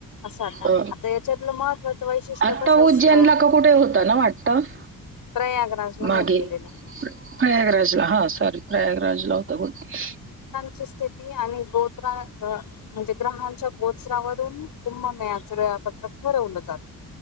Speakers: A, on the left; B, on the right.
A: असं आता
B: अ
A: आता याच्यातलं महत्त्वाचं वैशिष्ट्य
B: आता
A: कसं असतं
B: उज्जैनला का कुठे होत ना वाटत
A: प्रयागराजला
B: मागे
A: होऊन गेलेलं.
B: प्रयागराजला हा सॉरी प्रगराजला होता बहुतेक
A: ची स्थिती आणि गोत्रा अ म्हणजे ग्रहांच्या गोच्रावरून कुंभमेळयाच फ- त ठरवलं जात